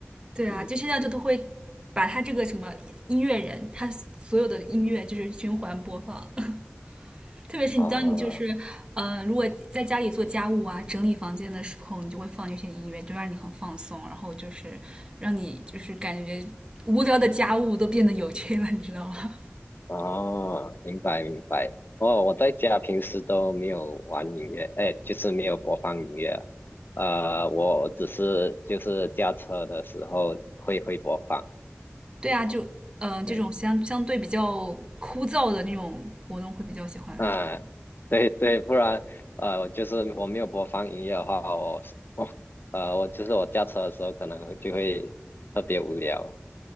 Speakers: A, on the right (about 20°); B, on the left (about 50°).
A: 对啊，
B: 嗯，
A: 就现在就都会把他这个什么音乐人，他所有的音乐就是循环播放。<laughs> 特别是你当你就是，
B: 哦，
A: 呃，如果在家里做家务啊、整理房间的时候，你就会放这些音乐，就让你很放松，然后就是让你就是感觉无聊的家务都变得有趣了，你知道吗？
B: 哦，明白明白，哦，我在家平时都没有玩音乐，哎，就是没有播放音乐啊呃，我只是就是驾车的时候会会播放。
A: 对啊，就嗯、呃这种相相对比较枯燥的那种活动会比较喜欢放。
B: 对嗯，<laughs> 对对，不然呃，我就是我没有播放音乐的话，我是我呃，我就是我驾车的时候可能就会特别无聊。